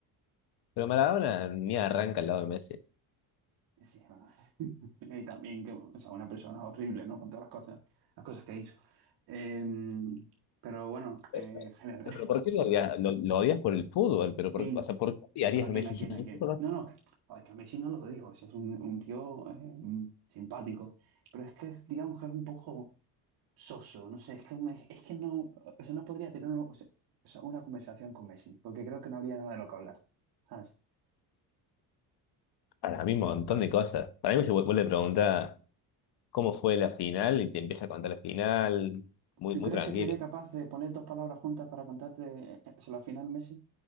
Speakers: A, on the left (about 60°); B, on the right (about 60°).
A: Pero Maradona ni arranca al lado de Messi.
B: Sí, bueno. <laughs> Y también que, o sea, una persona horrible, ¿no? Con todas las cosas, las cosas que hizo. Em, pero bueno,
A: Pero,
B: eh, <laughs> genial.
A: pero ¿por qué lo odias? Lo, lo odias por el fútbol, pero
B: <laughs>
A: por, o sea, ¿por qué odiarías
B: ¿Pero a
A: a
B: quién,
A: Messi?
B: a quién,
A: <laughs>
B: a quién? No, no, que, a ver, que a Messi no lo digo, si es un, un tío eh, simpático, pero es que digamos que es un poco soso, no sé, es que, me- es que no, o sea, no podría tener o sea, o sea, una conversación con Messi, porque creo que no habría nada de lo que hablar, ¿sabes?
A: Para mí un montón de cosas. Para mí se vuelve a preguntar cómo fue la final y te empieza a contar la final, muy,
B: ¿Tú
A: muy
B: crees
A: tranquilo.
B: que sería capaz de poner dos palabras juntas para contarte eh, eh, o sea, la final, Messi?